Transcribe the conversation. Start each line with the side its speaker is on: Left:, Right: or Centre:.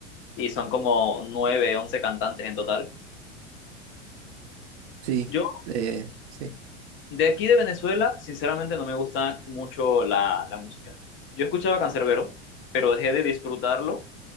Left: y son como nueve, once cantantes en total.
Right: Sí,
Left: Yo,
Right: eh, sí.
Left: de aquí de Venezuela, sinceramente no me gusta mucho la, la música. Yo escuchaba Canserbero, pero dejé de disfrutarlo